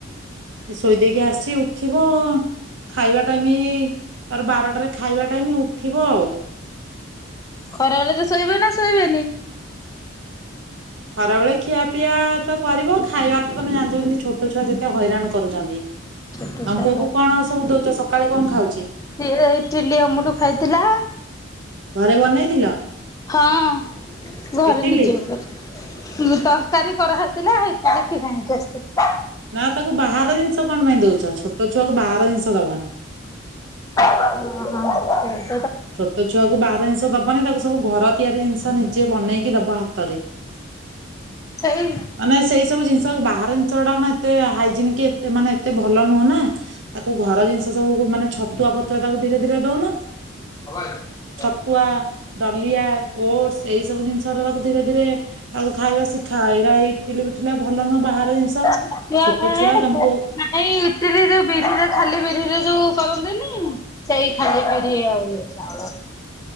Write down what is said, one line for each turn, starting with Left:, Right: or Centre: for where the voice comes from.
Right: ଶୋଇଦେଇକି ଆସିଚି ଉଠିବ ଖାଇବା ଟାଇମି ତାର ବାରଟାରେ ଖାଇବା ଟାଇମି ଉଠିବ ଆଉ।
Left: ଖରାବେଳରେ ଶୋଇବ ନା ଶୋଇବେନି?
Right: ଖରାବେଳେ ଖିଆ ପିଆ ତ କରିବ ଖାଇବାର ତ ତମେ ଜାଣିଚ ଛୋଟ ଛୁଆ ଯେତେ ହଇରାଣ କରୁଚନ୍ତି।
Left: ଛୋଟ
Right: ତମ
Left: ଛୁଆ
Right: ପୁଅ କୁ କଣ ସବୁ ଦୋଉଚ ସକାଳେ କଣ ଖାଉଚି?
Left: ସିଏ ଇଟିଲି ଅମୁଲୁ ଖାଇଥିଲା।
Right: ଘରେ ବନେଇଥିଲ?
Left: ହଁ ଘରେ
Right: ଇଟିଲି?
Left: ନିଜେ <unintelligible> ହୁଁ ତରକାରୀ କରାହେଇଥିଲା ଆଉ ଇଟିଲି କିଣା ହେଇକି ଆସିଥିଲା।
Right: ନା ତାକୁ ବାହାର ଜିନିଷ କଣ ପାଇଁ ଦଉଚ ଛୋଟ ଛୁଆକୁ ବାହାର ଜିନିଷ ଦବନି।
Left: ଓ <inaudible>
Right: ଛୋଟ ଛୁଆ କୁ ବାହାର ଜିନିଷ ଦବନି ତାକୁ ସବୁ ଘର ତିଆରି ଜିନିଷ ନିଜେ ବନେଇକି ଦବ ହାତରେ।
Left: ହେଇ
Right: ଏଁ ସେଇ ସବୁ ଜିନିଷ ବାହାର ଜିନିଷ ଗୁଡା କଣ ଏତେ ହାଇଜିନିକ୍ କି ଏତେ ମାନେ ଏତେ ଭଲ ନୁହଁ ନା। ତାକୁ ଘର ଜିନିଷ ସବୁକୁ ମାନେ ଛତୁଆ ଫତୁଆ ତାକୁ ଧୀରେ ଧୀରେ ଦଉନ।
Left: <unintelligible>
Right: ଛତୁଆ, ଡଲିଆ, ଓଡସ୍ ଏଇ ସବୁ ଜିନିଷ ରା ତାକୁ ଧୀରେ ଧୀରେ ତାକୁ ଖାଇବା ଶିଖା ଏଇରା ଇଟିଲି ଫିଟିଲି ରା ଭଲ ନୁହଁ ବାହାର ଜିନିଷ।
Left: ଛତୁଆ
Right: ଛୋଟ
Left: ଖାଏ
Right: ଛୁଆ
Left: <unintelligible>
Right: ତମ ପୁଅ
Left: ନାଇଁ ଇଟିଲି ଯୋଉ ବିରିରେ ଖାଲି ବିରିରେ ଯୋଉ କରନ୍ତିନି। ସେଇ ଖାଲି ବିରି ଆଉ ଚାଉଳ।